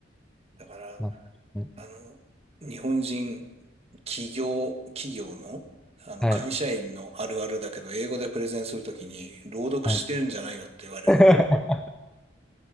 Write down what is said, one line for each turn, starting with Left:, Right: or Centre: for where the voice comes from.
Right: だから、
Centre: まあ、うん
Right: あの、日本人、企業、企業の、あの、
Centre: はい。
Right: 会社員のあるあるだけど、英語でプレゼンするときに、朗読してるんじゃないよって言われる。
Centre: はい。<laughs>